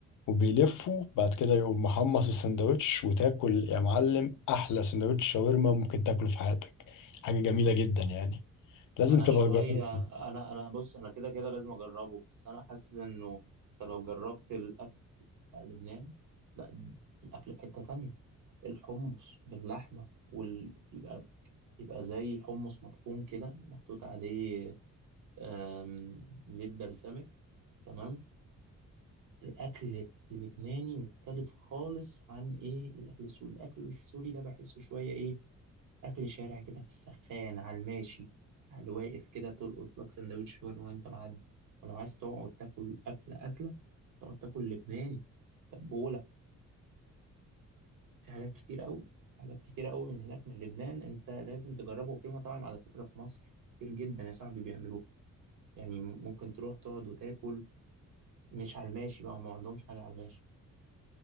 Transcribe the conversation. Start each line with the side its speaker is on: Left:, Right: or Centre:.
Left: وبيلفه بعد كده يقوم محمص السندوتش وتاكل يا معلم احلى سندوتش شاورما ممكن تاكله في حياتك حاجه جميله جدا يعني لازم
Right: انا
Left: تبقى
Right: شويه
Left: تجربه
Right: انا انا بص انا كده كده لازم اجربه بس انا حاسس انه انت لو جربت لا لبنان لا الأكل في حتة تانية الحمص باللحمة وال... يبقى يبقى زي حمص مطحون كده محطوط عليه آم، زيت بلسمك تمام الأكل اللبناني مختلف خالص عن إيه الأكل السوري الأكل السوري ده بحسه شوية إيه أكل شارع كده في السخان على الماشي على الواقف كده تلقط لك سندوتش شاورما وأنت معدي ولو عايز تقعد تاكل أكلة أكلة تقعد تاكل لبناني تبولة في حاجات كتير قوي حاجات كتير قوي من هناك من لبنان انت لازم تجربه وفي مطاعم على فكرة في مصر كتير جدا يا صاحبي بيعملوها يعني ممكن تروح تقعد وتاكل مش على الماشي بقى وما عندهمش حاجة على الماشي